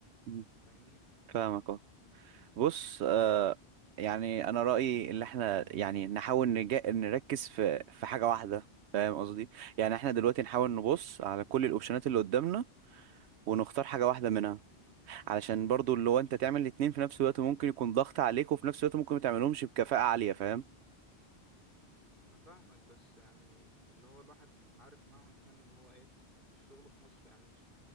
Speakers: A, on the right (about 80°); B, on the right (about 50°).
A: مم.
B: فاهمني
A: فاهمك اهو بص آه يعني انا رايي اللي احنا يعني نحاول نجا... نركز في في حاجه واحده فاهم قصدي يعني احنا دلوقتي نحاول
B: مم.
A: نبص على كل الاوبشنات اللي قدامنا ونختار حاجه واحده منها علشان برضو اللي هو انت تعمل الاتنين في نفس الوقت ممكن يكون ضغط عليك وفي نفس الوقت ممكن ما تعملهمش بكفاءه عاليه فاهم
B: انا فاهمك بس يعني اللي هو الواحد عارف مهما كان ان هو ايه الشغل في مصر يعني مش